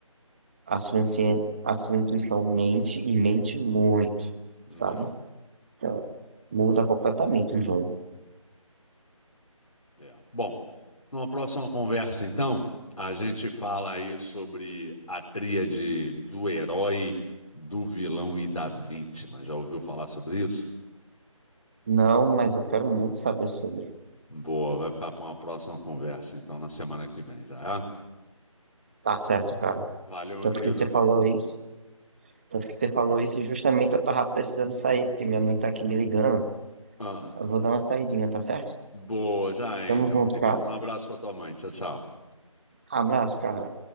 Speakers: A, on the right; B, on the left.
A: a sua, ansie- a sua intuição mente e mente muito,
B: É.
A: sabe? Então, muda completamente o jogo.
B: É. Bom, numa próxima conversa, então, a gente fala aí sobre a tríade do herói, do vilão e da vítima. Já ouviu falar sobre isso?
A: Não, mas eu quero muito saber sobre.
B: Boa, vai ficar para uma próxima conversa, então, na semana que vem, já é?
A: Tá certo, cara.
B: Valeu, meu
A: Tanto
B: querido.
A: que você falou isso. Tanto que você falou isso e justamente eu tava precisando sair, porque minha mãe tá aqui me ligando.
B: Ah,
A: Eu vou dar uma saidinha, tá certo?
B: boa, já é,
A: Tamo
B: então,
A: junto,
B: querido.
A: cara.
B: Um abraço para tua mãe. Tchau, tchau.
A: Abraço, cara.